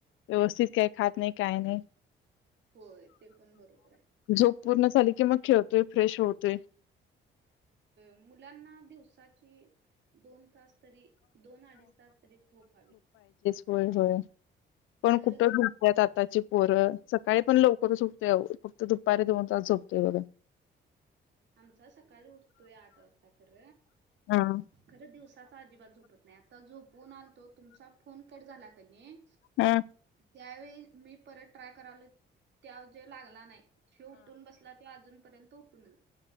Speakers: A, on the left; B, on the right.
A: व्यवस्थित काही खात नाय, काय नाय.
B: होय ते पण बरोबर आहे
A: झोप पूर्ण झाली, की मग खेळ तोही फ्रेश होतोय.
B: मुलांना दिवसाची दोन तास तरी दोन आडीच तास तरी झोप हवी.
A: होय होय. पण
B: तरच
A: कुठं झोपत्यात आ त्ताची पोरं सकाळी पण लवकरच उठतंय आवो, फक्त दुपारी दोन तास झोपतोय बघा.
B: आमचा सकाळी उठतोय, आठ वाजता खर.
A: हा.
B: खरं दिवसाचा अजिबात झोपत नाही, आता झोपवून आलतो तुमचा फोन कट झाला क नी
A: हा.
B: त्यावेळी मी परत ट्राय करालोय, त्याव जो लागला नाय ह्यो उठून बसला, त्यो अजून पर्यंत उठून